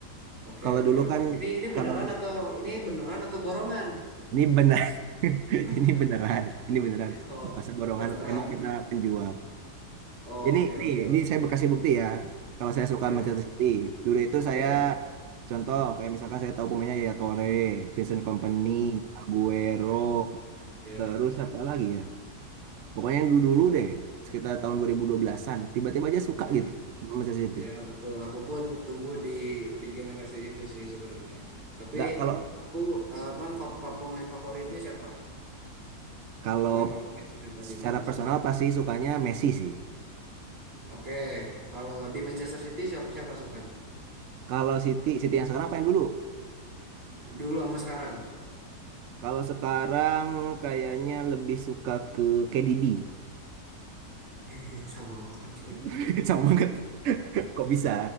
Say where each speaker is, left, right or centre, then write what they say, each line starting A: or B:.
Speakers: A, on the right; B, on the right.
A: oke
B: Kalau
A: oke
B: dulu
A: oke.
B: kan
A: Ini ini beneran
B: kalau
A: atau ini beneran atau borongan?
B: ini benar <laughs> ini
A: <laughs>
B: beneran, ini beneran.
A: Oh,
B: Masa borongan
A: beneran.
B: emang kita penjual.
A: Oh,
B: Ini
A: oke
B: ini
A: oke
B: ini
A: oke.
B: saya bekasih bukti ya. Kalau saya suka
A: Iya.
B: Manchester City, dulu itu
A: Oke.
B: saya contoh kayak misalkan saya tahu pemainnya Yaya Toure, Vincent Kompany,
A: Itu.
B: Aguero,
A: Iya. Iya.
B: terus apa lagi ya? Pokoknya yang dulu-dulu deh, sekitar tahun 2012-an, tiba-tiba aja suka
A: Iya.
B: gitu sama Manchester City.
A: Ya betul, aku pun tumbuh di di generasi itu sih sebenarnya. Tapi
B: Nggak kalau
A: aku eh, bang fa- fa- pemain favoritnya siapa?
B: Kalau
A: Pemain favorit siapa di
B: secara
A: Manchester
B: personal
A: City?
B: pasti sukanya Messi sih.
A: Oke, kalau di Manchester City siapa siapa sukanya?
B: Kalau Siti, Siti yang sekarang apa yang dulu?
A: Dulu sama sekarang.
B: Kalau sekarang kayaknya lebih suka ke KDB.
A: <laughs> Sama banget lagi.
B: <laughs> Sama banget. Kok bisa?